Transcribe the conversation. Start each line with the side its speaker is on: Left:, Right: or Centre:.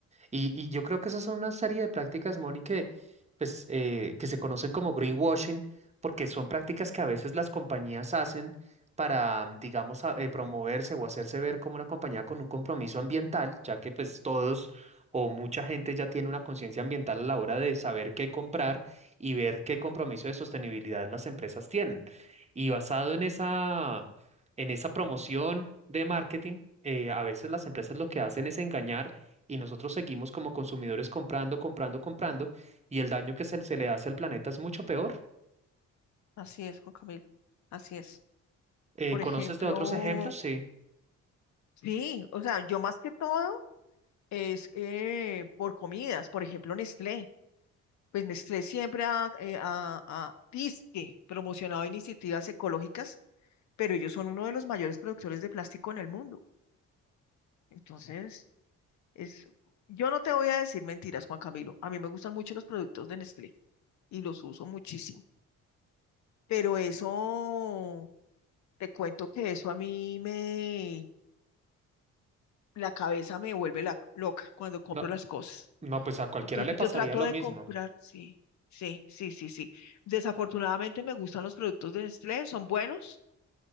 Right: Y, y yo creo que esas son una serie de prácticas, Moni, que, pues, eh, que se conocen como greenwashing, porque son prácticas que a veces las compañías hacen para, digamos, a- eh, promoverse o hacerse ver como una compañía con un compromiso ambiental, ya que pues todos o mucha gente ya tiene una conciencia ambiental a la hora de saber qué comprar y ver qué compromiso de sostenibilidad las empresas tienen. Y basado en esa, en esa promoción de marketing, eh, a veces las empresas lo que hacen es engañar y nosotros seguimos como consumidores comprando, comprando, comprando y el daño que se, se le hace al planeta es mucho peor.
Left: Así es, Juan Camilo, así es.
Right: Eh,
Left: Por
Right: ¿conoces
Left: ejemplo,
Right: de otros ejemplos? Sí.
Left: sí, o sea, yo más que todo es eh, por comidas, por ejemplo, Nestlé. Pues Nestlé siempre ha, eh, ha- ha dizque promocionado iniciativas ecológicas, pero ellos son uno de los mayores productores de plástico en el mundo. Entonces, es, yo no te voy a decir mentiras, Juan Camilo. A mí me gustan mucho los productos de Nestlé y los uso muchísimo. Pero eso, te cuento que eso a mí me, la cabeza me vuelve la- loca cuando compro
Right: No,
Left: las cosas.
Right: no, pues a cualquiera
Left: Entonces
Right: le pasaría
Left: yo trato
Right: lo
Left: de
Right: mismo.
Left: comprar, sí, sí, sí, sí, sí. Desafortunadamente me gustan los productos de Nestlé, son buenos,